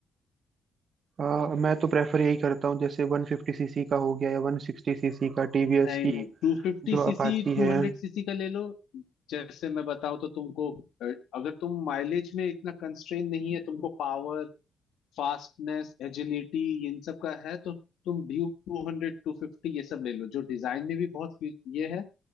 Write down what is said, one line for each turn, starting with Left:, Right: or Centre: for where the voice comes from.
Right: अ, मैं तो प्रेफर यही करता हूँ जैसे वन फिफ्टी सीसी का हो गया या वन सिक्सटी सीसी का टीवीएस
Left: नहीं
Right: की
Left: नहीं 250
Right: जो
Left: CC
Right: अपाची
Left: 200
Right: है
Left: CC का ले लो जैसे मैं बताऊं तो तुमको अ, अगर तुम माइलेज में इतना कंस्ट्रेन नहीं है तुमको पावर फास्टनेस एजिलिटी इन सब का है तो तुम Duke 200 250 ये सब ले लो जो डिजाइन में भी बहुत फी- ये है